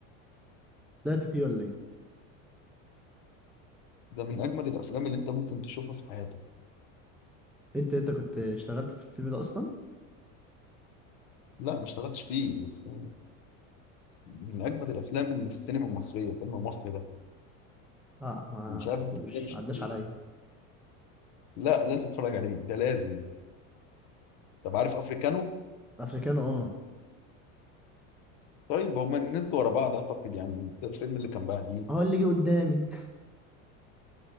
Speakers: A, in the centre; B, on the left.
A: <laughs> بدأت فيه ولا إيه؟
B: ده من اجمد الافلام اللي انت ممكن تشوفها في حياتك
A: أنت أنت كنت اشتغلت في الفيلم ده أصلا؟
B: لا ما اشتغلتش فيه بس من اجمد الافلام اللي في السينما المصريه فيلم مافيا ده
A: لا ما
B: انا مش عارف
A: شفتوش
B: انت ازاي مش
A: عداش
B: شفتوش
A: عليا
B: لا لازم تتفرج عليه ده لازم طب عارف افريكانو
A: أفريكانو اه
B: طيب هما نزلوا ورا بعض اعتقد يعني ده الفيلم اللي كان بعديه
A: اه اللي جه قدامي